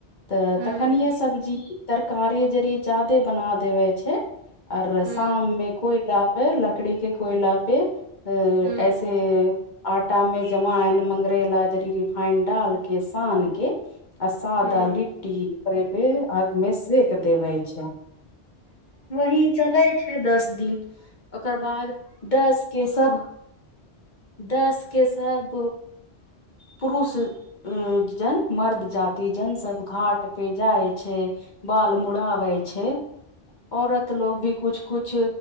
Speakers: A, on the left (about 45°); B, on the right (about 70°).
A: तऽ
B: हुँ
A: तखनि सब्जी तरकारी जड़ जादे बना देबै छै
B: हुँ
A: शाम मे कोयलापे लकड़ी के कोयला पे अ
B: हुँ
A: ऐसे। आटा मे जमा एन मंगरैला जरी रिफाइन डाल के सान के। आ सादा
B: हुँ
A: लिट्टी अग मे सेक देवे छै वही चल। दस दिन ओकर बाद दस के सभ दास के साब। पुरुष जन मर्द जाति जन सभ घाट पे जाइ छै बाल मुड़ाबै छै औरत लोग भी। कुछ कुछ